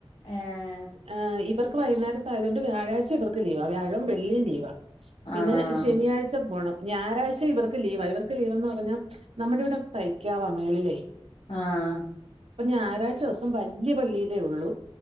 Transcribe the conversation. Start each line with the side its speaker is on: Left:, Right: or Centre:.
Left: ഏഹ്
Right: ആഹ് ഇവർക്ക് വൈകുന്നേരത്തായതുകൊണ്ട് വ്യാഴാഴ്ച ഇവർക്ക് ലീവാ വ്യാഴവും വെള്ളീം ലീവാ പിന്നെ
Left: ആഹ്
Right: ശനിയാഴ് ച്ച പോണം ഞായറാഴ്ച ഇവർക്ക് ലീവ ഇവർക്ക് ലീവ്ന്ന് പറഞ്ഞാൽ നമ്മുടെ ഇവിടെ തയ്ക്കാവാ മേളിലേ
Left: ആഹ്
Right: അപ്പൊ ഞായറാഴ്ചോസം വല്യ പള്ളീലേ ഒള്ളൂ